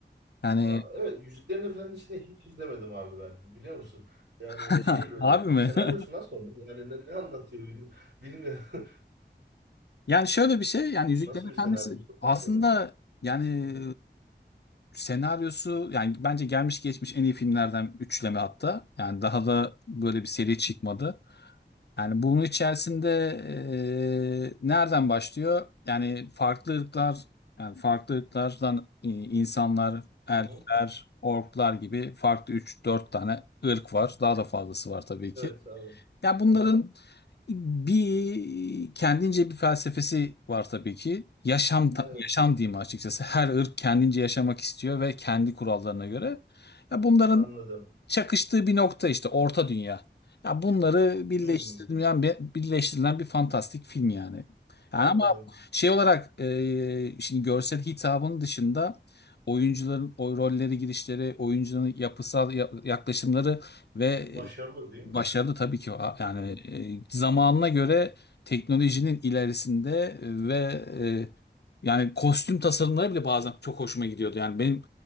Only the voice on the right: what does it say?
Ha, evet Yüzüklerin Efendisi'ni hiç izlemedim abi ben. Biliyor musun? Yani
şey böyle
senaryosu
nasıl onun? Yani ne, ne anlatıyor bilmi- bilmiyorum. <laughs>
Nasıl
bir senaryosu
var ki onun?
Hı-hı.
Hı-hı.
Evet abi.
Aha,
evet
anladım.
Hı.
Anladım.
Başarılı değil mi?
Hı.